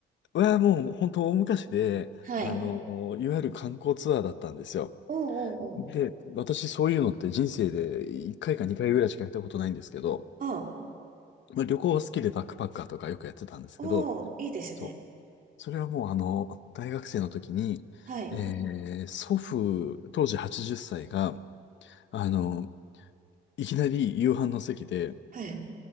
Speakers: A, on the left; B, on the right.
A: はもう本当大昔で、
B: ん。はい。
A: あの、いわゆる観光ツアーだったんですよ。
B: おうおうおう。
A: で、私そういうのって人生で1回か2回ぐらいしかやったことないんですけど、
B: あ、
A: まあ、旅行は好きでバックパッカーとかよくやってたんですけど、
B: おー、いいですね。
A: そう。それはもうあの、大学生の時に、
B: はい。
A: えー祖父、当時80歳が、あの、いきなり夕飯の席で、
B: はい。